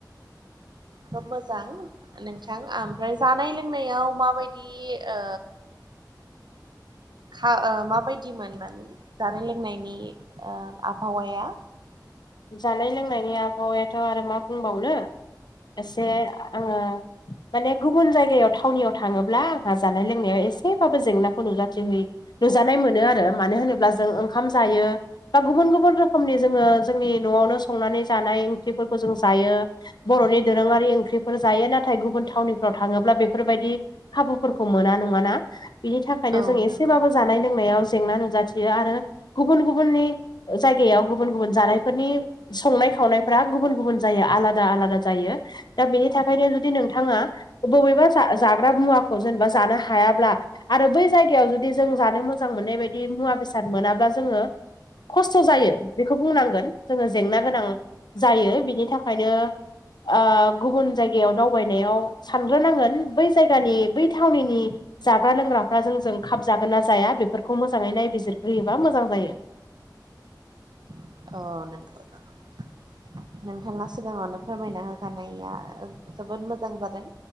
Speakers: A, on the right; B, on the left.
A: खोब मोजां नोंथां ओमफ्राय जानाय लोंनायाव माबायदि ओ खा ओ माबायदिमोन मोन? जानाय लोंनायनि ओ आबहावाया
B: जानाय लोंनायनि आबहावायाथ' आरो मा बुंबावनो एसे आङो माने गुबुन जायगायाव थावनियाव थाङोब्ला आंहा जानाय लोंनायाव एसेबाबो जेंनाखौ नुजाथि हैयो। नुजानाय मोनो आरो मानो होनोब्ला जों ओंखाम जायो बा गुबुन गुबुन रोखोमनि जोङो जोंनि न'आवनो संनानै जानाय ओंख्रिफोरखौ जों जायो। बर'नि दोरोङारि ओंख्रिफोर जायो नाथाय गुबुन थावनिफ्राव थाङोब्ला बेफोरबायदि खाबुफोरखौ मोना नङाना बिनि थाखायनो
A: औ
B: जों
A: नंगौ।
B: एसेबाबो जानाय लोंनायाव जेंना नुजाथियो आरो गुबुन गुबुननि जायगायाव गुबुन गुबुन जानाय फोरनि संनाय खावनायफोरा गुबुन गुबुन जायो आलादा आलादा जायो। दा बेनि थाखायनो जुदि नोंथाङा बबेबा जा जाग्रा मुवाखौ जेनेबा जानो हायाब्ला। आरो बै जायगायाव जुदि जों जानो मोजां मोननाय बाय बिदि मुवा बेसाद मोनाबा जोङो खस्थ' जायो बेखौ बुंनांगोन। जोङो जेंना गोनां जायो बिनि थाखायनो ओ गुबुन जायगायाव दावबायनायाव सानग्रोनांगोन बै जायगानि बै थावनिनि जाग्रा लोंग्राफ्रा जों जों खाब जागोन ना जाया बेफोरखौ मोजाङै नायबिजिरग्रोयोबा मोजां जायो।
A: अ नंगौ नोंथां। नोंथाङा सिगाङावनो फोरमायना होखानाया जोबोद मोजां जादों।